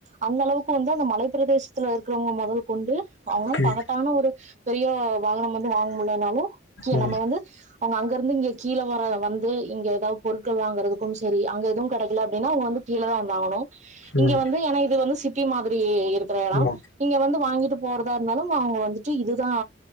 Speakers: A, on the right; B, on the left.
A: அந்த அளவுக்கு வந்து மலைப்பிரதேசத்தில் இருக்கிறவங்க மொதல் கொண்டு அவுனால
B: ம்
A: பணத்தான ஒரு பெரிய வாகனம் வந்து வாங்க முலனாலு
B: ம்
A: நம்ம வந்து அவங்க அங்கருந்து இங்கே கீல வர வந்து இங்க ஏதாது பொருட்கள் வாங்குறதுக்கும் செரி அங்கே எதுவு கடைக்கல அப்டின்னா அவங்க வந்து கீல தா வந்தாகாணு இங்க
B: ம்
A: வந்து எனா இது வந்து சி திமாது அப்டியே இருக்கிற எடோ
B: ஆமா
A: நீங்க வந்து வாங்கிட்டு போ போறதா இருந்தாலும் அவங்க வந்துட்டு இதுதான்